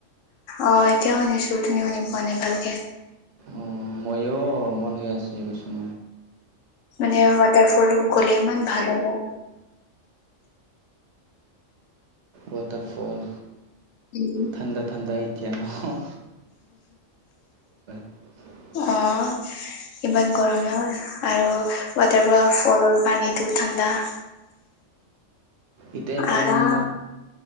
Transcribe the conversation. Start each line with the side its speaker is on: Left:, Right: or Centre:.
Left: অ এতিয়াও শুনিছো তুমি শুনি পোৱা নাই ভালকে
Right: অঁ ময়ো মন হৈ আছোঁ এইছয়
Left: মানে ৱাটাৰ ফল গ'লে ইমান ভাল হব
Right: ৱাটাৰফল
Left: উম,
Right: থাণ্ডা থাণ্ডা এতিয়া ন <unintelligible>
Left: অঁ ইমান গৰমে আৰু ৱাটাৰল ফলৰ পানীটো ঠাণ্ডা <inaudible>
Right: এতিয়া একলনত
Left: আৰাম।